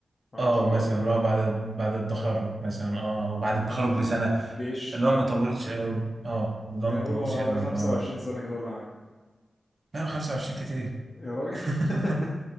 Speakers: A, on the left; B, on the right.
A: على
B: اه
A: طول
B: مثلا
A: ولا
B: اللي هو بعد بعد التخرج مثلا اه وبعد
A: بعد
B: التخرج
A: التخرج
B: بسنه
A: والجيش
B: اللي هو ما طولش قوي اه اللي
A: يعني
B: هو ما طولش
A: هو
B: قوي
A: على 25
B: اللي هو ما
A: سنة كده ولا حاجة
B: لا 25 كتير
A: يا راجل
B: <laughs>
A: <laughs>